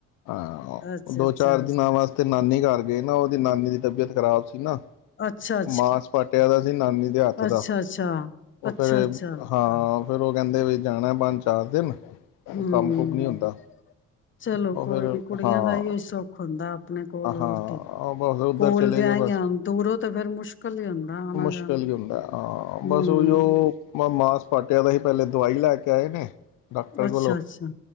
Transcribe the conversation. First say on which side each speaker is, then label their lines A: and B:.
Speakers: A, on the left (about 90°); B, on the left (about 40°).
A: ਹਾਂ
B: ਅੱਛਾ,
A: ਦੋ
B: ਅੱਛਾ,
A: ਚਾਰ ਦਿਨਾਂ ਵਾਸਤੇ ਨਾਨੀ ਘਰ ਗਏ ਨਾ ਉਹਦੀ ਨਾਨੀ ਦੀ ਤਬੀਅਤ ਖ਼ਰਾਬ ਸੀ ਨਾ।
B: ਅੱਛਾ, ਅੱਛਾ, ਅੱਛਾ, ਅੱਛਾ, ਅੱਛਾ,
A: ਮਾਸ ਪਾਟਿਆ ਦਾ ਸੀ ਨਾਨੀ ਦੇ ਹੱਥ
B: ਅੱਛਾ,
A: ਦਾ ਉਹ
B: ਅੱਛਾ,
A: ਫੇਰ
B: ਅੱਛਾ,
A: ਹਾਂ। ਫੇਰ ਉਹ ਕਹਿੰਦੇ ਵੀ ਜਾਣਾ ਪੰਜ ਚਾਰ ਦਿਨ
B: ਹੂੰ
A: ਕੰਮ ਕੁਮ ਨਹੀਂ ਹੁੰਦਾ
B: ਚਲੋ
A: ਉਹ
B: ਕੋਈ
A: ਫਿਰ
B: ਨੀ ਕੁੜੀਆਂ
A: ਹਾਂ
B: ਦਾ ਹੀ ਓ ਸੁੱਖ ਹੁੰਦਾ ਆਪਣੇ ਕੋਲ ਹੋਰ
A: ਹਾਂ
B: ਕੀ।
A: ਬਸ ਉੱਧਰ
B: ਕੋਲ
A: ਚਲੇ
B: ਵਿਆਹੀਆਂ
A: ਗਏ ਬਸ
B: ਹੋਣ ਦੂਰੋਂ ਤੇ ਫੇਰ ਮੁਸ਼ਕਿਲ ਹੀ ਹੁੰਦਾ ਆਣਾ
A: ਮੁਸ਼ਕਿਲ
B: ਜਾਣਾ।
A: ਹੀ ਹੁੰਦਾ ਹਾਂ
B: ਹੂੰ
A: ਬਸ ਉਹੀ ਉਹ ਮਾਸ ਪਾਟਿਆ ਪਿਆ ਸੀ ਪਹਿਲੇ ਦਵਾਈ ਲੈ ਕੇ ਆਏ ਨੇ। ਡਾਕਟਰ
B: ਅੱਛਾ,
A: ਕੋਲੋਂ,
B: ਅੱਛਾ,